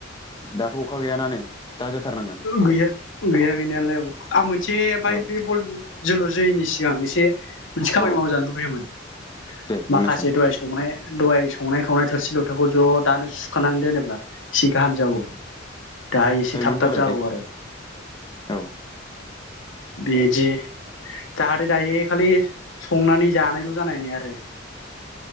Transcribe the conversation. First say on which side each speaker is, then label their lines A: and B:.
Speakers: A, on the left; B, on the left.
A: दाथ' अखा गैयाना नै। दा जोथारनांगोन
B: गैया गैया गैनायालाय औ। आ मोन जे बाय
A: औ
B: बे बल जोलुर जोैनि सिगां एसे मोनसे खामानि
A: औ
B: मावजानो लुबैयोमोन।
A: दे बुंनायसाय
B: माखासे दहाय संनाय दहाय संनाय खावनाय थोरसि लथाखौ ज' दानो सुखानानै दोनोब्ला ए गाहाम जागौ। दाहाय एसे थाब
A: थआलै
B: थाब जागौ आरो
A: औ।
B: बेजि। जाहाथे दायो खालि संनानै जानायल' जानायै आरो,